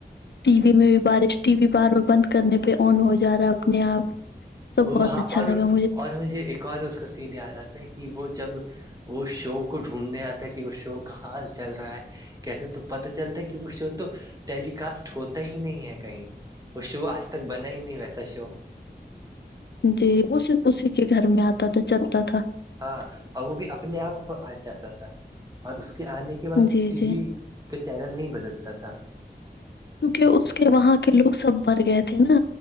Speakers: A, on the left; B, on the right.
A: ٹی وی میں بھی بارش ٹی وی بارار بند کرنے پہ آن ہو جا رہا ہے اپنے آپ- سب
B: وہ
A: بہت
B: ہاں
A: اچھا
B: اور
A: لگا
B: اور مجھے ایک اور اس کا سین یاد آتا ہے کہ وہ جب- وہ شوق کو ڈھونڈھنے آتا ہے کہ وہ شو کا حال چل رہا ہے- کیسے تو پتا چلتا ہے کہ وہ شو تو ٹیلی کاسٹ ہوتا ہی نہیں ہے کہیں- وہ شو آج تک بنا ہی نہیں ویسا شو-
A: جی وہ صرف اسی کے گھر میں آتا تھا چلتا تھا-
B: ہاں اور وہ بھی اپنے آپ کو آ جاتا تھا اور اس کے آنے کے بعد
A: جی
B: ٹی
A: جی
B: وی- کے چینل نہیں بدلتا تھا-
A: کیونکہ اس کے وہاں کے لوگ سب مر گئے تھے نا